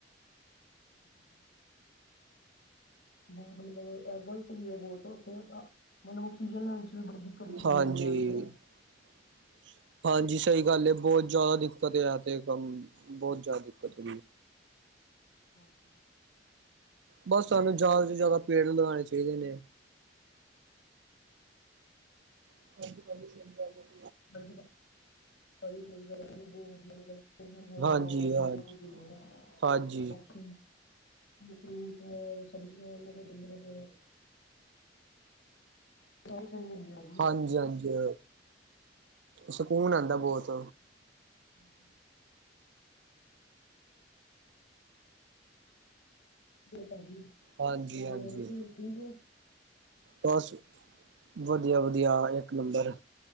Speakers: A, on the left (about 80°); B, on the right (about 75°).
A: ਹੁੰ। ਬੋਤ ਮਤਲਬ ਇਹ ਗਲਤ ਵੀ ਐ, ਬੋਤ ਉੱਥੇ। ਮਤਲਬ ਚੀਜਾਂ ਲੈਣ ਚ ਵੀ ਬੜੀ ਦਿੱਕਤਈ
B: ਹਾਂਜੀ
A: ਬੰਦਿਆਂ ਨੂੰ ਤੇ
B: <unintelligible> ਹਾਂਜੀ, ਸਹੀ ਗੱਲ ਐ, ਬੋਤ ਜਾਦਾ ਦਿੱਕਤ ਆ ਤੇ ਕੰਮ, ਬੋਤ ਜਾਦਾ ਦਿੱਕਤ।
A: ਹਾਂਜੀ।
B: ਬਸ ਸਾਨੂੰ ਜਾਦਾ ਤੋਂ ਜਾਦਾ ਪੇੜ ਲਗਾਣੇ ਚਾਹੀਦੇ ਨੇ। <unintelligible>
A: ਹਾਂਜੀ ਜੀ, ਸਹੀ ਗੱਲ ਬਹੁਤ ਵਧੀਆ ਮਤਲਬ। ਫੇਰ ਸਾਨੂੰ ਹਵਾ
B: ਹਾਂਜੀ
A: ਵਾਯੂ
B: ਹਾਂਜੀ
A: ਇੰਨਾ ਕੁੱਛ ਦਿੰਦੇ ਨੇ।
B: ਹਾਂਜੀ
A: ਫੂਟ ਨੇ, ਸਬਜ਼ੀਆਂ ਨੇ <unintelligible> ਰਾਸ਼ਨ ਦਿੰਦੇ ਆ ਜੀ
B: ਹਾਂਜੀ-ਹਾਂਜੀ। ਸਕੂਨ ਆਂਦਾ ਬੋਤ।
A: ਹੁੰ। ਪਾਜੀ
B: ਹਾਂਜੀ
A: ਹੋਰ
B: ਹਾਂਜੀ
A: ਠੀਕ ਠੀਕ ਹੋ।
B: ਬਸ ਵਧੀਆ ਵਧੀਆ ਇੱਕ ਨੰਬਰ।